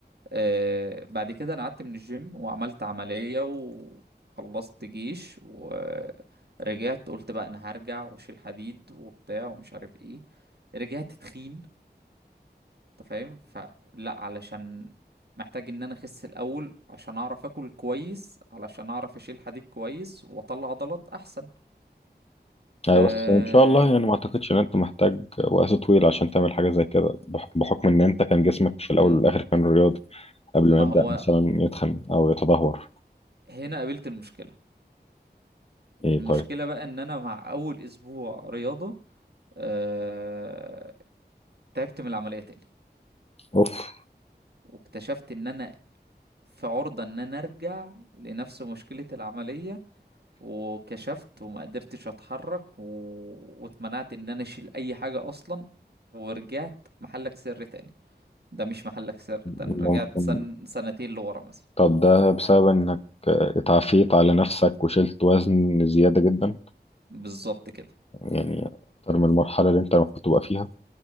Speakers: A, on the right; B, on the left.
A: آه بعد كده انا قعدت من الجيم وعملت عملية وخلصت جيش ورجعت قلت بقى انا هرجع واشيل حديد وبتاع ومش عارف ايه رجعت تخين انت فاهم فلا علشان محتاج ان انا اخس الاول عشان اعرف اكل كويس علشان اعرف اشيل حديد كويس واطلع عضلات احسن
B: أيوة
A: آه،
B: بس إن شاء الله يعني ما أعتقدش إن أنت محتاج وقت طويل عشان تعمل حاجة زي كده بح- بحكم إن أنت كان جسمك في الأول
A: مم.
B: والآخر كان رياضي قبل
A: ما
B: ما يبدأ
A: هو
B: مثلا يتخن أو يتدهور
A: هنا قابلت المشكلة
B: إيه
A: المشكلة
B: طيب
A: بقى ان انا مع اول اسبوع رياضة آه... تعبت من العملية تاني
B: أوف
A: واكتشفت ان انا في عرضة ان انا ارجع لنفس مشكلة العملية وكشفت وما قدرتش اتحرك و... واتمنعت ان انا اشيل اي حاجة اصلا ورجعت محلك سر تاني ده مش محلك سر ده انا
B: ممكن
A: رجعت سن... سنتين لورا مثلا
B: طب ده بسبب إنك اتعافيت على نفسك وشلت وزن زيادة جدا
A: بالظبط كده
B: يعني أكتر من المرحلة اللي أنت المفروض تبقى فيها